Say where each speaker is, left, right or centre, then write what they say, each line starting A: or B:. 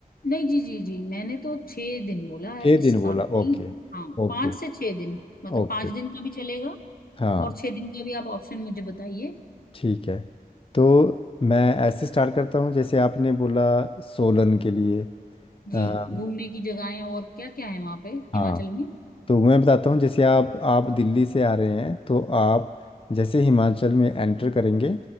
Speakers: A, on the left; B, on the left.
A: नहीं जी जी जी मैंने तो छह दिन बोला है,
B: छः
A: इससे
B: दिन बोला
A: ज्यादा नहीं
B: ओके
A: हाँ
B: ओके
A: पाँच से छह दिन मतलब
B: ओके
A: पाँच दिन का भी चलेगा
B: हाँ
A: और छह दिन का भी आप ऑप्शन मुझे बताइए
B: ठीक है तो मैं ऐसे स्टार्ट करता हूँ जैसे आपने बोला सोलन के लिए
A: जी
B: अ,
A: घूमने की जगहें और क्या क्या है वहां पे
B: हाँ
A: हिमाचल में
B: तो मैं बताता हूँ जैसे आप आप दिल्ली से आ रहे हैं तो आप जैसे हिमाचल में एंटर करेंगे